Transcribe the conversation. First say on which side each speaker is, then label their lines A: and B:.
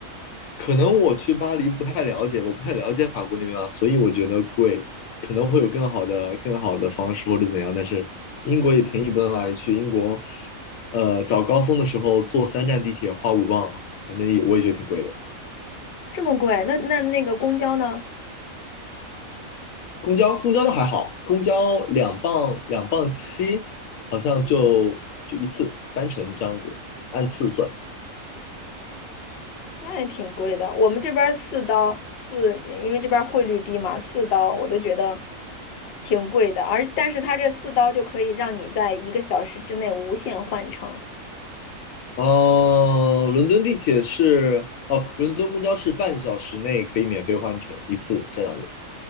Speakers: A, on the left; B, on the left.
A: 可能我去巴黎不太了解，我不太了解法国那边啊，所以我觉得贵，可能会有更好的、更好的方式或者怎样。但是英国也便宜不到哪里去，英国，呃，早高峰的时候坐三站地铁花五磅，反正也我也觉得挺贵的。
B: 这么贵？那那那个公交呢？
A: 公交公交倒还好，公交两磅两磅七，好像就就一次单程这样子，按次算。
B: 那也挺贵的。我们这边儿四刀四，因为这边儿汇率低嘛，四刀我都觉得挺贵的。而但是它这四刀就可以让你在一个小时之内无限换乘。
A: 呃，伦敦地铁是哦，伦敦公交是半小时内可以免费换乘一次这样。子。